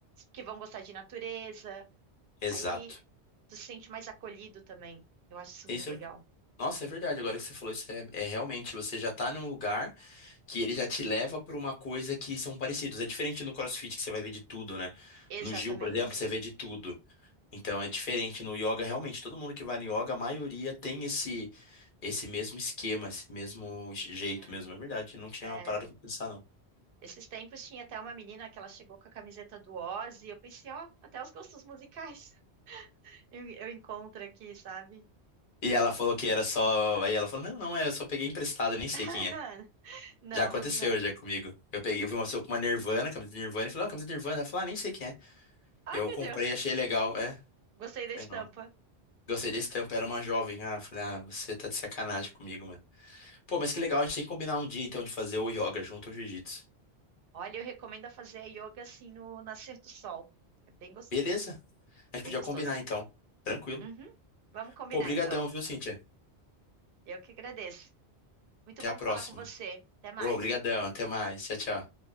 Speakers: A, on the right (about 60°); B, on the left (about 50°).
A: que vão gostar de natureza.
B: Exato.
A: Aí tu se sente mais acolhido também. Eu acho isso
B: Isso
A: muito legal.
B: é Nossa, é verdade. Agora que você falou isso, é, é realmente você já tá num lugar que ele já te leva para uma coisa que são parecidos. É diferente no CrossFit que você vai ver de tudo, né?
A: Exatamente.
B: No Gil, por exemplo, você vê de tudo. Então é diferente no yoga, realmente. Todo mundo que vai no yoga, a maioria tem esse esse mesmo esquema, esse mesmo jeito
A: É,
B: mesmo. É verdade. Não tinha
A: é.
B: parado pra pensar, não.
A: Esses tempos tinha até uma menina que ela chegou com a camiseta do Oz e eu pensei, ó, até os gostos musicais <laughs> eu, eu encontro aqui, sabe?
B: E ela
A: É.
B: falou que era só. Aí ela falou: Não, não, é, eu só peguei emprestado, eu nem sei
A: <laughs>
B: quem é.
A: Não,
B: Já aconteceu
A: não.
B: já comigo. Eu peguei, eu vi uma pessoa com uma Nirvana, camiseta de Nirvana, e falei: Ó, camiseta de Nirvana. Ela falou: Ah, nem sei quem é.
A: Ai,
B: Eu
A: meu
B: comprei,
A: Deus.
B: achei legal. É.
A: Gostei da
B: Sei
A: estampa.
B: não. Gostei desse tempo era uma jovem. Ah, falei, ah, você tá de sacanagem comigo, mano. Pô, mas que legal, a gente tem que combinar um dia então de fazer ou yoga junto ou jiu-jitsu.
A: Olha, eu recomendo fazer a yoga assim no nascer do sol. É bem, gos-
B: Beleza, a gente
A: bem
B: podia
A: gostoso.
B: combinar então. Tranquilo.
A: Uhum. Vamos combinar,
B: Pô, brigadão,
A: então.
B: viu, Cíntia?
A: Eu que agradeço. Muito
B: Até
A: bom
B: a próxima.
A: falar com você. Até mais.
B: Pô, brigadão, até mais. Tchau, tchau.